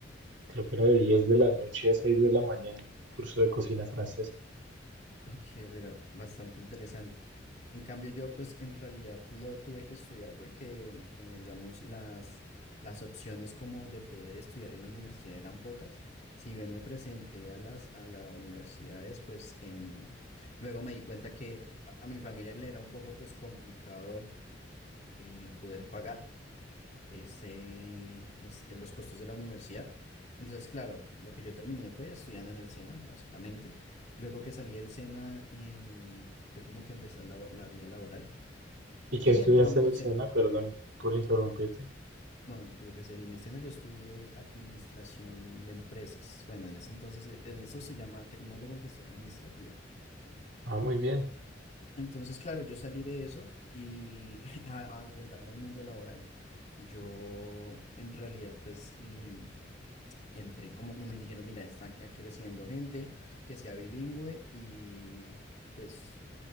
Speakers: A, on the right; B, on the left.
A: creo que era de 10 de la noche a 6 de la mañana, curso de cocina francesa.
B: Ok, mira, bastante interesante. En cambio, yo pues en realidad lo tuve que estudiar porque, eh, digamos, las, las opciones como de poder estudiar en la universidad eran pocas. Si bien me presenté a las a las universidades, pues em, luego me di cuenta que a, a mi familia le era un poco pues complicado eh, poder pagar este, es, los costos de la universidad. Entonces, claro, lo que yo terminé fue estudiando en el SENA, básicamente. Luego que salí del SENA, em, fue como que empecé la, la vida laboral
A: ¿Y que
B: y
A: estudiaste
B: entré a un call
A: en el
B: center.
A: SENA? Perdón por interrumpirte.
B: Eh, No, no te preocupes, en el SENA yo estudié administración de empresas. Bueno, en ese entonces, eh, en eso se llama tecnólogo en gestión administrativa.
A: Ah, muy bien,
B: Entonces, claro, yo salí de eso y <laughs> a, a enfrentarme al mundo laboral. Yo, en realidad, pues l- entré como, me, me dijeron, mira, están cre- creciendo gente que sea bilingüe y pues